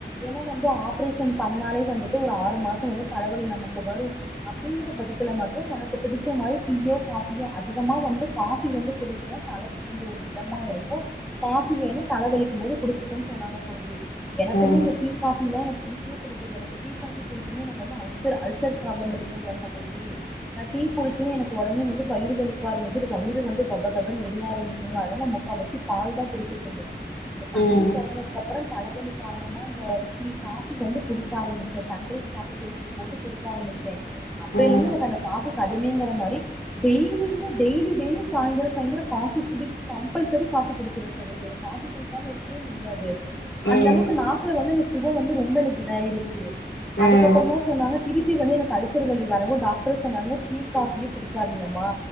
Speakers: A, in the centre; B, on the left (about 75°).
A: ஏன்னா வந்து ஆப்ரேஷன் பண்ணாலே வந்துட்டு ஒரு ஆறு மாசம் வந்து தலவலி நமக்கு வரு அப்டிங்கிற பட்சத்துல மட்டு உனக்கு பிடிச்ச மாதிரி டீயோ காபியோ அதிகமா வந்து காபி வந்து குடிங்க தலைக்கு கொஞ்சோ ஒரு இதமா இருக்கு காஃபி வேணு தல வலிக்கு போது குடிச்சுக்குகோன்னு சொன்னாங்க சகோதரி எனக்குமே
B: ம் ம்
A: இந்த டீ காபில்லாம பிடிக்கவே பிடிக்காது எனக்கு டீ காபி குடிச்சன்னே எனக்கு வந்து அல்சர் அல்சர் ப்ராப்ளம் இருக்குங்களா சகோதரி நான் டீ குடிச்சோன் எனக்கு உடனே வந்து வயிறுவலிக்க ஆரம்பிச்சிட்டு வயிற வந்து கபகப எரி யா ஆரம்பிக்கங்களா அதனால முக்கா வாசி பால் தா குடிச்சுட்டுருந்தே இந்த தம்பி
B: ம்
A: பொறந்ததுக்கு அப்புற தலவலி காரணமாக இந்த டீ காஃபி வந்து குடிக்க ஆரம்பிச்ச சன்ரைஸ் காஃபி தூள் போட்டு குடிக்க ஆரம்பிச்ச அப்பிலேந்து
B: ம்
A: எனக்கு அந்த காபிக்கு அடிமைங்க மாரி டெய்லியுமே டெய்லி டெய்லி சாயந்ரோ சாயந்ரோ காபி குடி கம்பல்சரி காபி குடிச்சிருவ சகோதரி எனக் காபி குடிக்காம இருக்கவே முடியாது
B: ம்
A: அந்த அளவுக்கு நாக்குல வந்து இந்த சுவ வந்து ரொம்ப எனக்கு இதாயிருச்சு
B: ம்
A: அதுக்கப்பற தா சொன்னாங்க திருப்பி வந்து எனக்கு அல்சர்வலி வரவு டாக்டர் சொன்னாங்க டீ காபியே குடிக்காதீங்கம்மா